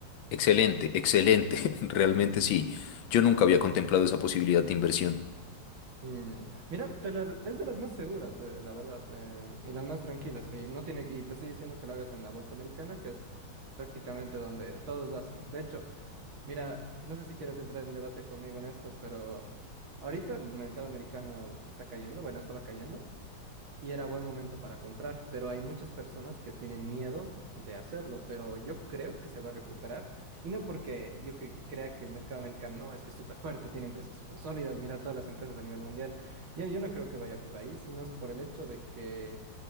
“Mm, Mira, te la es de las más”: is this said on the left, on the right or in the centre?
Right